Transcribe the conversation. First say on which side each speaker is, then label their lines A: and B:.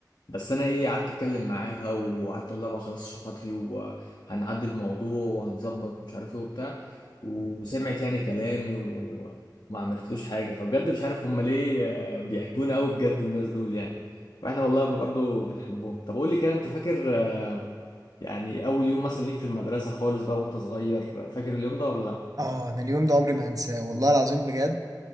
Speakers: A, on the left; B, on the right.
A: بس انا ايه قعدت اتكلم معاها وقعدت اقول لها بقى خلاص عشان خاطري وهنعدي الموضوع وهنظبط مش عارف ايه وبتاع وسمعت يعني كلامي وما عملتلوش حاجه فبجد مش عارف هم ليه آه، بيحبونا قوي بجد الناس دول يعني واحنا والله برضه بنحبهم طب قول لي كده انت فاكر آه، يعني اول يوم مثلا ليك في المدرسه خالص بقى وانت صغير فاكر اليوم ده ولا لا
B: آه أنا اليوم ده عمري ما هنساه والله العظيم بجد